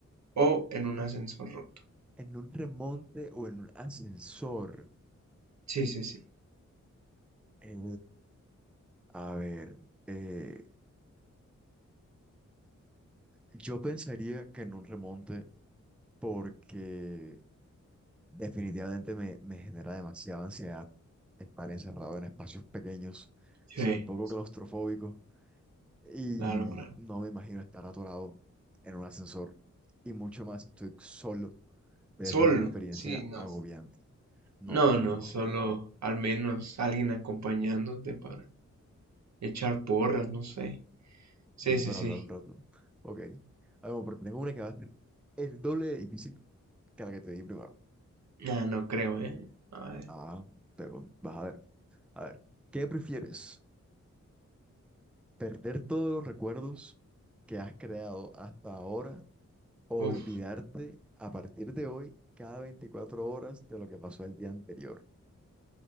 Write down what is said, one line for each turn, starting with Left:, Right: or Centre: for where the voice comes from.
Right: o en
Centre: En
Right: un
Centre: un,
Right: ascensor roto.
Centre: en un remonte o en un ascensor.
Right: Sí, sí, sí.
Centre: Eh, A ver, eh, yo pensaría que en un remonte porque definitivamente me, me genera demasiada ansiedad estar encerrado en espacios pequeños.
Right: Sí,
Centre: Soy un poco claustrofóbico y
Right: claro, claro.
Centre: no me imagino estar atorado en un ascensor. Y mucho más, si estoy solo. Debe
Right: Solo.
Centre: ser una experiencia
Right: Sí, no.
Centre: agobiante. No,
Right: No,
Centre: no,
Right: no,
Centre: no.
Right: solo al menos alguien acompañándote para echar porras, no sé. Sí,
Centre: Y
Right: sí,
Centre: para
Right: sí.
Centre: hablar un rato. Ok. Ah, bueno, pero tengo una que va a ser el doble de difícil que la que te di primero.
Right: Nah, no creo, eh. A ver.
Centre: Ah, te, vas a ver. A ver, ¿qué prefieres? ¿Perder todos los recuerdos que has creado hasta ahora o
Right: Uf,
Centre: olvidarte a partir de hoy cada 24 horas de lo que pasó el día anterior?